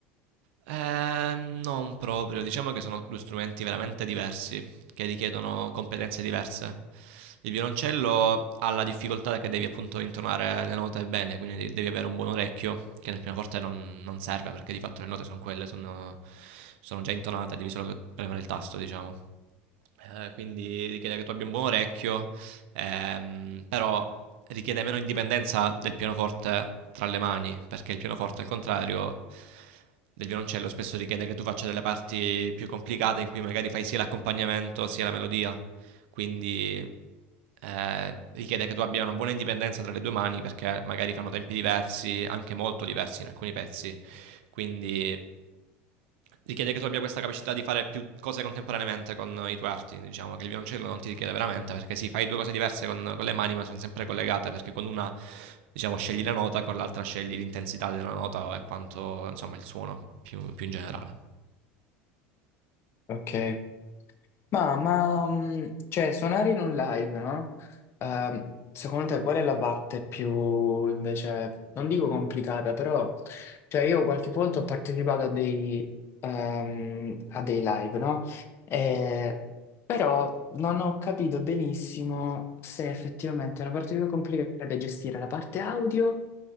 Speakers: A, on the right; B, on the left.
A: Eh, non proprio, diciamo che sono due strumenti veramente diversi, che richiedono competenze diverse. Il violoncello ha la difficoltà che devi appunto intonare le note bene, quindi de- devi avere un buon orecchio, che nel pianoforte non, non serve perché di fatto le note sono quelle, sono, sono già intonate, devi solo premere il tasto, diciamo. Eh, quindi richiede che tu abbia un buon orecchio ehm, però richiede meno indipendenza del pianoforte tra le mani, perché il pianoforte al contrario del violoncello spesso richiede che tu faccia delle parti più complicate in cui magari fai sia l'accompagnamento sia la melodia, quindi eh, richiede che tu abbia una buona indipendenza tra le due mani perché magari fanno tempi diversi, anche molto diversi in alcuni pezzi, quindi richiede che tu abbia questa capacità di fare più cose contemporaneamente con i tuoi arti. Diciamo che il violoncello non ti richiede veramente, perché sì, fai due cose diverse con, con le mani, ma sono sempre collegate, perché con una, diciamo, scegli la nota, con l'altra scegli l'intensità della nota e quanto, insomma, il suono più, più in generale.
B: Ok. Ma, ma, mm, cioè, suonare in un live, no? Ehm, secondo te qual è la parte più, invece, non dico complicata, però, cioè, io qualche volta ho partecipato a dei, ehm, a dei live, no? E- però non ho capito benissimo se effettivamente la parte più complicata è gestire la parte audio